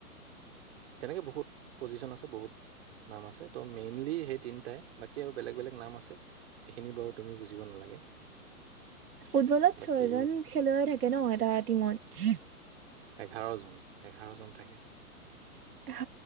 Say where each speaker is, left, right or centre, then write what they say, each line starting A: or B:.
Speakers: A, on the right; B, on the right.
A: তেনেকে বহুত পজিশন আছে বহুত নাম আছে ত' মেইনলি সেই তিনিটাই বাকী আৰু বেলেগ বেলেগ নাম আছে সেইখিনি বাৰু তুমি বুজিব নালাগে
B: ফুটবলত
A: বাকী
B: ছয়জন খেলুৱৈ থাকে ন তাত টীমত
A: এঘাৰ জন এঘাৰ জন থাকে
B: হ